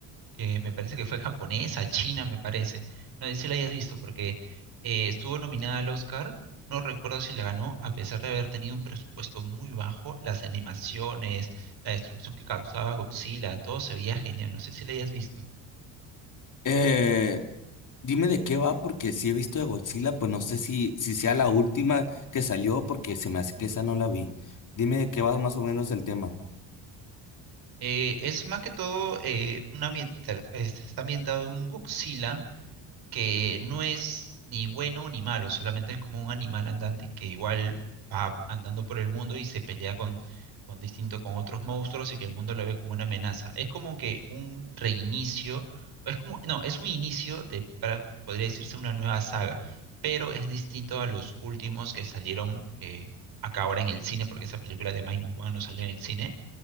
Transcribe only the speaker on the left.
Eh, dime de qué va, porque si he visto de Godzilla, pues no sé si, si sea la última que salió, porque se me hace que esa no la vi. Dime de qué va más o menos el tema.